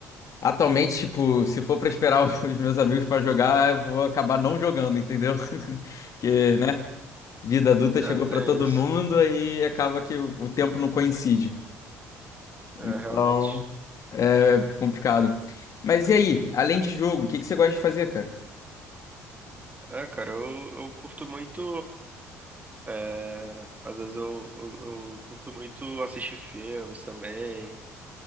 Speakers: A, on the left (about 45°); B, on the right (about 20°).
A: atualmente, tipo, se for pra esperar <laughs> os meus amigos pra jogar, eu vou acabar não jogando, entendeu? <laughs> Porque, né? Vida adulta
B: É,
A: chegou
B: tem
A: pra todo
B: isso.
A: mundo e acaba que o o tempo não coincide.
B: É,
A: Então,
B: realmente.
A: é complicado. Mas e aí, além de jogo, o que que você gosta de fazer, cara?
B: É, cara, eu, eu curto muito. É, às vezes eu, eu, eu curto muito assistir filmes também,